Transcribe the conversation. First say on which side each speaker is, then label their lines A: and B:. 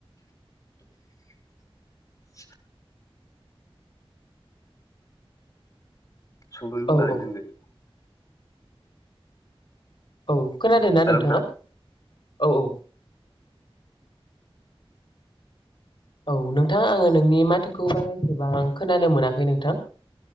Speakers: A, on the left; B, on the left.
A: <inaudible> सुंद'यै बुंनानै
B: औ औ
A: दोनदो
B: औ खोनादों ना
A: हेल'
B: नोंथाङा
A: नोंथां
B: औ औ औ नोंथां आङो नोंनि माथोखौ बाराएसेबां आं खोनानो मोनाखै नोंथां